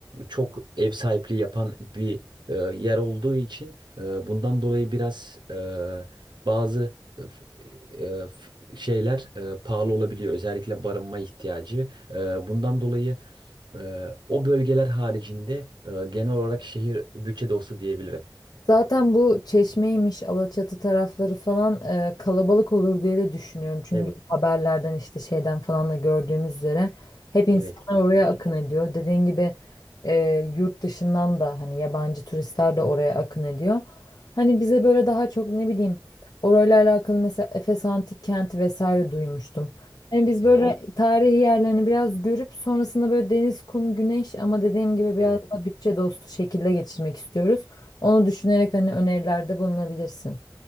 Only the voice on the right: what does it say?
çok ev sahipliği yapan bir e, yer olduğu için e, bundan dolayı biraz e, bazı e, f- e, f- şeyler e, pahalı olabiliyor. Özellikle barınma ihtiyacı. E, bundan dolayı e, o bölgeler haricinde e, genel olarak şehir bütçede olsa diyebilirim.
Evet,
evet. kesinlikle.
Evet,
evet.